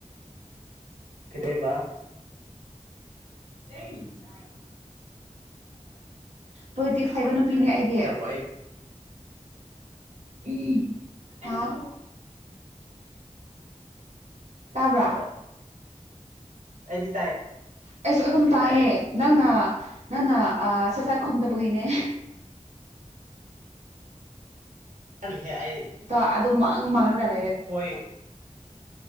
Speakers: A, on the right (about 90°); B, on the right (about 60°).
A: ꯀꯗꯣꯏꯕ
B: ꯃꯤꯅꯥꯏ ꯄꯣꯂꯤꯇꯤꯛꯁ ꯍꯥꯏꯕ ꯅꯨꯄꯤꯅꯦ ꯑꯩꯗꯤ
A: ꯇꯥꯗꯕ꯭ꯔꯣ ꯑꯩ
B: ꯎꯝ ꯍꯥ ꯇꯥꯕ꯭ꯔꯥ
A: ꯇꯥꯕ꯭ꯔꯣ ꯑꯩꯗꯤ ꯇꯥꯏ
B: ꯑꯩꯁꯨ ꯑꯗꯨꯝ ꯇꯥꯏꯌꯦ
A: ꯇꯥꯏ
B: ꯅꯪꯅ ꯅꯪꯅ ꯆꯥꯛꯆꯥꯥꯛ ꯈꯨꯝꯗꯕꯒꯤꯅꯦ
A: <unintelligible> ꯑꯩ
B: ꯑꯗꯣꯑꯗꯨꯝ ꯑꯉꯝꯍꯥꯏꯔꯦ
A: ꯍꯣꯏ